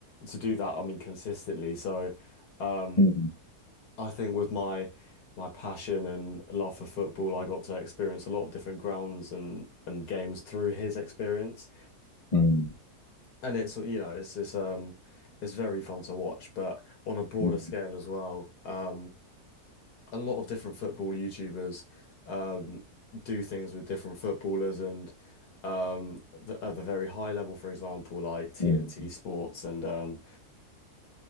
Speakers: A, on the left (about 80°); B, on the left (about 40°).
A: to do that. I mean, consistently. So um,
B: mm,
A: I think with my my passion and love for football, I got to experience a lot of different grounds and and games through his experience.
B: mm, mm,
A: And it's, you know, it's this um it's very fun to watch, but on a broader
B: mm,
A: scale as well, um, a lot of different football YouTubers um do things with different footballers and um the, at the very high level, for example, like TNT
B: mm,
A: Sports and um